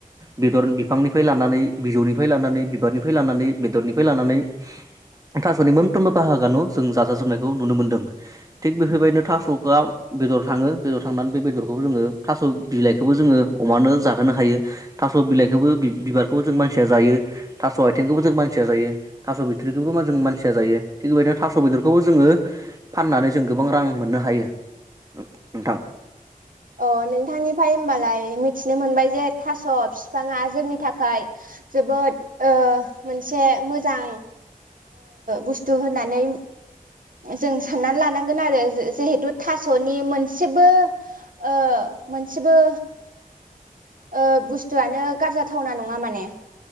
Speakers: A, on the right; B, on the right.
A: बेदर बिफांनिफ्राय लानानै बिजौनिफ्राय लानानै बिबारनिफ्राय लानानै बेदरनिफ्राय लानानै थासनि मोनफ्रोमबो बाहागोआानो जों जाजाजोबनायखौ नुनो मोन्दों थिग बेफोरबायदिनो थासखोआव बेदर थाङो बेदर थांनानै बे बेदरखौ खौबो जोङो थास' बिलाइखौबो जोङो अमानो जाहोनो हायो थास' बिलाइखौबो बिबारखौबो जों मानसिया जायो थास' आथिंखौबो जों मानसिया जायो थास' बिथ्रिखौबो जों मानसिया जायो थिग बेबायदिनो थास बेदरखौबो जोङो फाननानै जों गोबां रां मोननो हायो नों नोंथां।
B: अ नोंथांनिफ्राय उमबालाय मिथिनो मोनबाय जे थास' बिफाङा जोंनि थाखाय जोबोद ओ मोनसे मोजां बुस्थु होननानै। जों साननानै लानांगोन आरो जिहेथु थास'नि मोनसेबो ओ मोनसेबो ओ बुस्थुआनो गारजा‌ थावना नङा माने।